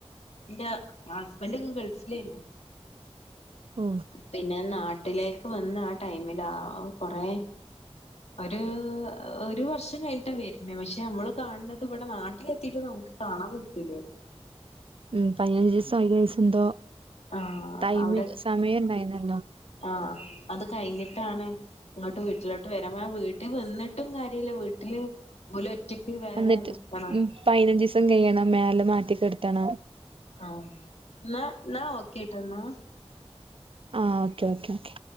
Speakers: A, on the left; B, on the right.
A: ന്റെ അസ് ബലോക്കെ ഗൾഫിലേയ്നു
B: ഓ
A: പിന്നെ നാ നാട്ടിലേക്ക് വന്ന് ആ ടൈമിലാ ആ കൊറെ ഒരു ഒരു വർഷം കഴിഞ്ഞിട്ടാണ് വര്ണേ പക്ഷെ നമ്മള് കാണ് ണത് ഇവിടെ നാട്ടിലെത്തിട്ടും നമ്മക്ക് കാണാൻ പറ്റൂലേയ്നു
B: ഉം പൈനഞ്ജീസൊ ഇരുവീസൊ എന്തോ
A: ആ
B: ടൈമ്
A: അവ്ടെ
B: സമയം ഉണ്ടായിരുന്നല്ലോ
A: ആ അത് കഴിഞ്ഞിട്ടാണ് ഇങ്ങോട്ട് വീട്ടിലോട്ട് വരാ വീട്ടിൽ നിന്നിട്ടും കാര്യല്ല വീട്ടില് ഓല് ഒറ്റക്ക് വേറെ
B: എന്നിട്ട്
A: നിക്കണം
B: ഉം പൈനഞ്ജീസം കയ്യണം മേലെ മാറ്റികൊ ത്തണോ
A: ആഹ് കേട്ടന്നോ
B: ആഹ് ഓക്കേ ഓക്കേ ഓക്കേ